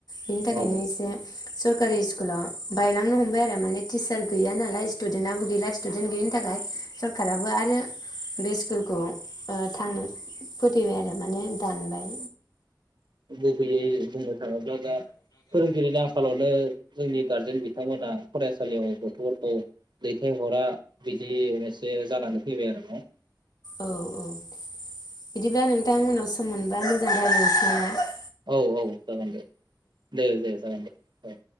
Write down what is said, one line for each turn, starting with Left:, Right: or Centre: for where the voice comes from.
Left: बेनि थाखायनो
Right: औ
Left: एसे सरकारि स्कुलाव बायलांनो हमबाय आरो माने टिचार गैया नालाय स्टुदेन्टआबो गैला स्टुदेन्ट गैयिनि थाखाय सरखाराबो आरो बे स्कुलखौ ओ थांनो फोथैबाय आरो माने दानबाय
Right: <unintelligible> दा दा फोरोंगिरि न आथिखालावनो जोंनि गारजेन बिथांमोना फरायसालियाव गथ'फोरखौ दैथायहरा बिदि एसे जानानै फैबाय आरो ना
Left: औ औ बिदिब्ला नोंथां उनाव सम मोनबा मोजां रायलायनोसै ना?
Right: औ औ जागोन दे दे दे जागोन दे।